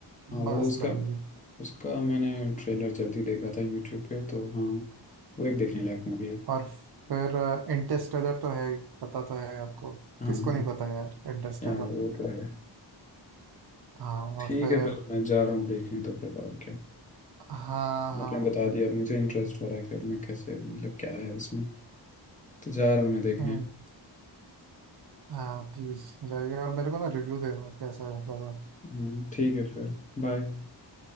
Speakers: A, on the left (about 15°); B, on the right (about 60°).
A: हाँ वो
B: मस्त
A: उसका
B: लगेगी
A: उसका मैंने ट्रेलर जल्दी देखा था यूट्यूब पे तो हाँ वो एक देखने लायक मूवी है
B: और फिर इंटरस्टेलर तो है ही पता तो है आपको
A: हाँ
B: किसको
A: हाँ
B: नहीं पता यार इंटरस्टेलर
A: यार वो तो है
B: हाँ
A: ठीक
B: और फिर
A: है फिर मैं जा रहा हूँ देखने तो फिर और क्या
B: हाँ
A: आपने
B: हाँ
A: बता दिया अब मुझे इंटरेस्ट हो रहा है कि अब मैं कैसे मतलब क्या है उसमें तो जा रहा हूँ मैं देखने
B: हम्म हाँ प्लीज जाइए और मेरे को ना रिव्यू देना कैसा लगा
A: हम्म, ठीक है फिर बाय